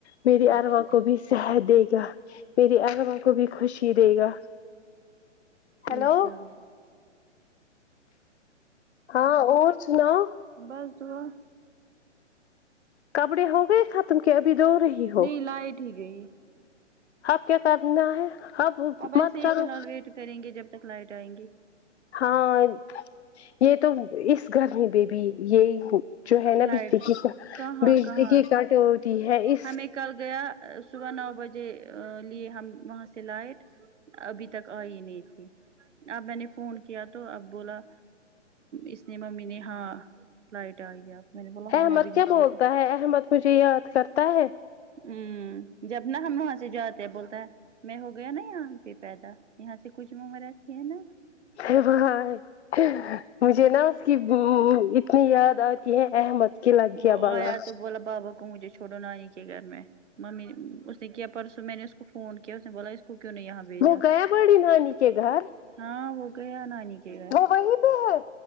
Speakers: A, on the left (about 60°); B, on the right (about 70°).
A: میری
B: انشاء
A: اروا
B: اللہ
A: کو بھی صحت دے گا میری اروا کو بھی خوشی دے گا
B: انشا
A: ہیلو
B: للہ
A: ہاں اور سناؤ
B: بس دعا
A: کپڑے ہو گئے ختم کے ابھی دھو رہی ہو
B: نہیں لائٹ ہی گئی
A: اب کیا کرنا ہے
B: اب ایسے
A: مت
B: ہی
A: کرو
B: فی الحال ویٹ کریں گے جب تک لائٹ آئیں گی
A: ہاں یہ تو اس گھر میں بھی یہی جو ہے نا
B: لائٹ
A: بجلی کی
B: کہاں
A: بجلی
B: کہاں
A: کی کٹوتی ہے اس
B: ہمیں کل گیا ا صبح نو بجے لیے ہم وہاں سے لائٹ ابھی تک آئی نہیں تھی اب میں نے فون کیا تو اب بولا اس نے ممی نے ہاں لائٹ آئی ہے میں نے بولا
A: احمد
B: ہاں میں بھی
A: کیا
B: نکلی
A: بولتا
B: تو
A: ہے احمد مجھے یاد کرتا ہے
B: وں جب نا ہم وہاں سے جاتے ہیں بولتا ہے میں ہو گیا نا یہاں پہ پیدا یہاں سے کچھ معمو رکھی ہے نا
A: یہ وہاں ہے مجھے نا کے وہ اتنی یاد آتی ہے احمد کی لگ گیا
B: وہ
A: بالا
B: آیا تو بولا بابا کو مجھے چھوڑو نانی کے گھر میں ممی اس نے کیا پرسوں میں نے اس کو فون کیا اس نے بولا کو کیوں نہیں یہاں بھیجا
A: وہ گیا بڑی نانی کے گھر
B: ہاں وہ گیا نانی کے گھر
A: وہ وہیں پہ ہے